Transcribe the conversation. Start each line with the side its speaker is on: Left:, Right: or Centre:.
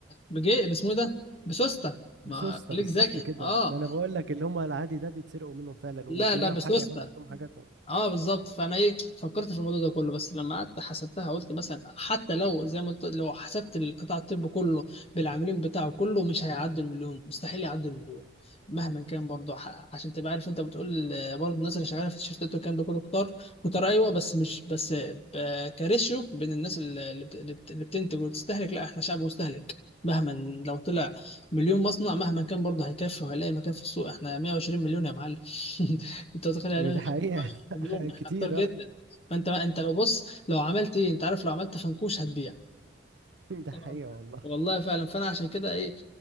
Left: بجي باسمه إيه ده بسوسته
Right: بسوسته
Left: ما خليك
Right: بالظبط
Left: ذكي
Right: كده
Left: اه
Right: ما انا بقول لك اللي هم العادي ده بيتسرقوا منهم فعلا
Left: لا
Right: ومش بيلاقوا
Left: لا بسوسته
Right: حاجه يحطوا فيهم حاجاتهم
Left: اه بالظبط فانا ايه فكرت في الموضوع ده كله بس لما قعدت حسبتها قلت مثلا حتى لو زي ما قلت لو حسبت القطاع الطبي كله بالعاملين بتاعه كله مش هيعدي المليون مستحيل يعدي المليون مهما كان برضه ح- عشان تبقى عارف انت بتقول آه، برضه الناس اللي شغاله في الشركات والكلام ده كله كتار كتار ايوه بس مش بس آه، ب- كريشيو بين الناس اللي اللي بت- اللي بت- اللي بتنتج وبتستهلك لا احنا شعب مستهلك مهما لو طلع مليون مصنع مهما كان برضه هيكفي وهيلاقي مكان في السوق احنا 120 مليون يا معلم <laughs> انت متخيل
Right: <laughs>
Left: يعني
Right: يعني دي
Left: إيه؟
Right: حقيقه
Left: مليون
Right: <laughs> كتير
Left: خطير جدا
Right: ايوه
Left: فانت ما انت لو بص لو عملت ايه انت عارف لو عملت فنكوش هتبيع
Right: <laughs> ده
Left: آه.
Right: حقيقة والله
Left: والله فعلا فانا عشان كده ايه